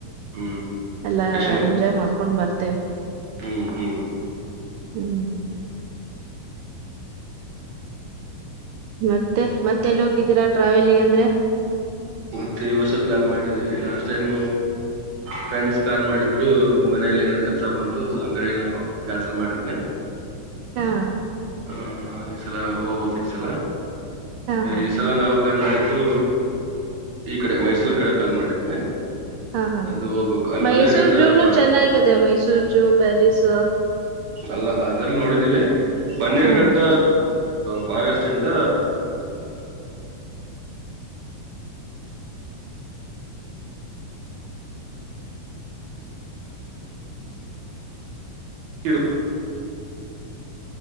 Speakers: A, on the right (about 55°); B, on the right (about 80°).
A: ಹ್ಮ್
B: ಎಲ್ಲಾ
A: ಕಶಿನೋ
B: ಎಂಜಾಯ್ ಮಾಡ್ಕೊಂಡ್ ಬರ್ತೇವಿ
A: ಹ್ಮ್ ಹ್ಮ್
B: ಹ್ಮ್ ಮತ್ತೆ ಮತ್ತೆ ಎಲ್ಲಿ ಹೋಗಿದ್ದೀರಾ ಟ್ರಾವೆಲ್ಗೆ ಅಂದ್ರೆ
A: ಮತ್ತೆ ಈ ವರ್ಷ ಪ್ಲಾನ್ ಮಾಡಿದ್ದೀವಿ ಲಾಸ್ಟ್ ಟೈಮ್ ಫ್ರೆಂಡ್ಸ್ ಪ್ಲಾನ್ ಮಾಡಿದ್ರು ಮನೇಲಿ ಏನೋ ಕೆಲಸ ಬಂತು ಸೊ ಹಂಗಾಗಿ ನಾ ಕ್ಯಾನ್ಸಲ್ ಮಾಡಿದ್ವಿ
B: ಹಾ
A: ಆ ಈ ಸಲ ಹೋಗ್ಬೇಕಕ್ ಈ ಸಲ
B: ಹಾ ಹಾ
A: ಈ ಸಲ ನಾವು ಪ್ಲಾನ್ ಮಾಡಿದ್ದು ಈ ಕಡೆ ಮೈಸೂರ್ ಕಡೆ ಪ್ಲಾನ್ ಮಾಡಿದ್ವಿ
B: ಹಾ ಹಾ
A: ಅದು ಹೋಗ್ಬೇಕು ಅಲ್ಲಿ
B: ಮೈಸೂರ್
A: ಬನ್ನೇರುಘಟ್ಟ
B: ಜೂನು
A: ಫಾರ್
B: ಚೆನ್ನಾಗಿದೆ ಮೈಸೂರ್ ಜೂ ಪ್ಯಾಲೇಸ್
A: ಅಲ್ಲ ಅದೆಲ್ಲಿ ನೋಡಿದೀವಿ ಬನ್ನೇರ್
B: ಹಾ
A: ಕಟ್ಟ ಫಾರೆಸ್ಟ್ ಇಂದ ಇ <inaudible>